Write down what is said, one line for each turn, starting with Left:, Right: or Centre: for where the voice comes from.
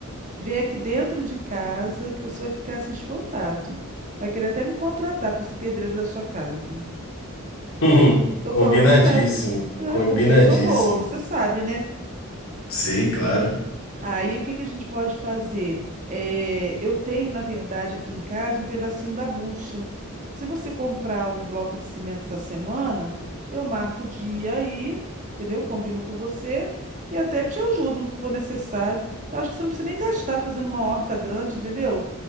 Right: ver aqui dentro de casa, que você vai ficar assim espantado. Vai querer até me contratar para ser pedreiro da sua casa.
Left: <laughs>
Right: Tô
Left: Combinadíssimo,
Right: falando sério, É,
Left: combinadíssimo.
Right: porque eu sou boa, você sabe, né?
Left: Sei, claro.
Right: Aí o que que a gente pode fazer? É, eu tenho, na verdade, aqui em casa um pedacinho da bucha. Se você comprar o bloco de cimento essa semana, eu marco o dia aí, entendeu? Combino com você e até te ajudo no que for necessário. Eu acho que você não precisa nem gastar fazendo uma horta grande, entendeu?